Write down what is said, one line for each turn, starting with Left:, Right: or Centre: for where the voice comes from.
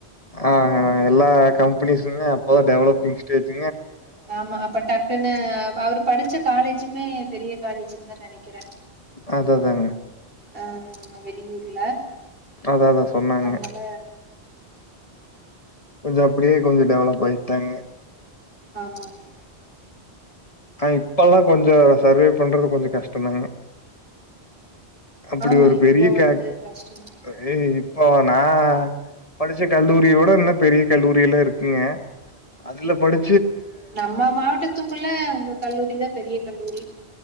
Left: ஆ அ எல்லா கம்பெனிஸுமே அப்பதா டெவலப்பிங் ஸ்டேஜ்
Right: ஆமா அப்ப டக்குன்னு அவரு படிச்ச காலேஜுமே பெரிய காலேஜ் சின்ன நெனைக்கிறே
Left: அதா அதாங்க
Right: ஆ நம்ம வெளியூர்ல
Left: அத அதா சொன்னாங்க
Right: அதனால
Left: கொஞ்ச அப்டியே கொஞ்ச டெவலப் ஆயிட்டாங்க
Right: ஆமா ஆமா
Left: ஆ இப்பல்லா கொஞ்ச சர்வைவ் பண்றது கொஞ்ச கஷ்ட தாங்க அப்டி
Right: ஆமா,
Left: ஒரு
Right: இப்போ
Left: பெரிய
Right: வந்து
Left: கேக்
Right: கஷ்டந்தா
Left: அ ஏய் இப்போ நா படிச்ச கல்லூரியவிட இன்னு பெரிய கல்லூரி எல்லா இருக்குங்க அதுல படி
Right: நம்ம மாவட்டத்துக்குள்ள உங்க கல்லூரிதா பெரிய கல்லூரி